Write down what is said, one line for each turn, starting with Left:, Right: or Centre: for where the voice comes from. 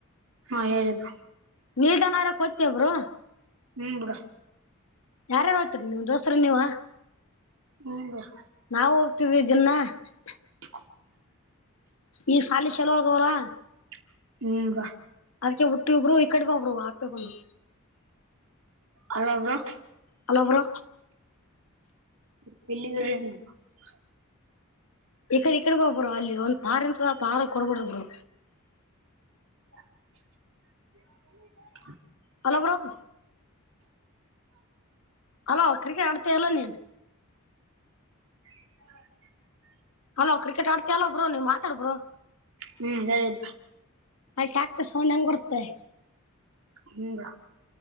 Right: ಹಾ ಹೇಳಿ ಬ್ರೋ
Left: ನಿಲ್ದಣ್ಣ ಹರಿಯಕ್ಕೆ ಹೋಗ್ತೀಯ ಬ್ರೋ
Right: ಹ್ಮ್ ಬಿುಡಾ
Left: ಯಾರ್ಯಾರು ಹೊಯ್ತರಿೀ ನೀವ್ ದೋಸ್ರ ನೀವ
Right: ಹ್ಮ
Left: ನಾವು <unintelligible>
Right: <inaudible>
Left: ಈ ಸಾಲಿ ಚಲೋ ಅಧ್ವರ <inaudible>
Right: <unintelligible>
Left: ಅದ್ಕ್ಕೆ ಹುಟ್ಟಿ ಇಬ್ರು ಈ ಕಡೆ ಬ ಒಬ್ರು ಆಪೆ ಬಂದು
Right: ಅಲ್ಲದು
Left: ಹಲೋ ಬ್ರೋ
Right: <unintelligible>
Left: ಈಕಡೆ ಈಕಡೆ ಬ ಬ್ರೋ ಅಲ್ಲಿ ಒಂದ್ ಪಾರ್ ಇಂತ ಪಾರ ಕೊಡ್ಬಡ್ರ bro
Right: <inaudible>
Left: hello bro hello cricket ಆಡ್ತ ಇಲ್ಲ ನೀನ್
Right: <inaudible>
Left: ಅಲೋ ಕ್ರಿಕೆಟ್ ಆಡ್ತಲ್ಲ ಬ್ರೋ ನೀವ್ ಮಾತಾಡ್ ಬ್ರೋ
Right: ಹ್ಮ್ ಹೇಳಿ ಬ್ರೋ
Left: ಅ ಟಾಕ್ಟರ್ ಸೌಂಡ್ ಹೆಂಗ್ ಬರುತ್ತೇ
Right: ಹ್ಮ್ ಬ್ರೋ